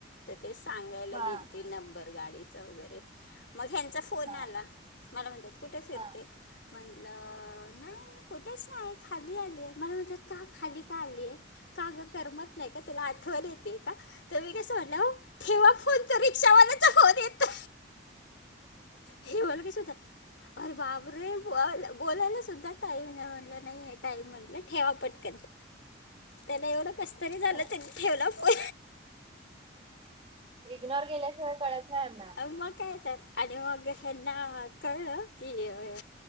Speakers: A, on the left (about 65°); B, on the right (about 30°).
A: तर ते सांगायला
B: हा
A: गेल ते नंबर गाडी वगरे मग, फोन
B: हा
A: आला मला म्हणतात कुठे फिरते
B: हा
A: म्हणटलं नाही कुठेच नाही. खाली आले मला म्हणतात का खाली का आलीय. का गं, करमत नाही का तुला आठवल येते का तर मी का स म्हणलं हो! ठेवा फोन त रिक्षावालाच फोन येत. हे बला क सुत. अरे बाबरे ब बोलायला सुद्धा टाईम आहे म्हटलं नाहीय टाईम म्हटलं ठेवा पटक त्याला एवढं कसत झालं
B: हा
A: त्यांनी ठेवला फो
B: इग्नोर केल्याशिवाय कळत नाही यांना
A: अ मग काय तर आणि मग हना. कायळ की आहे.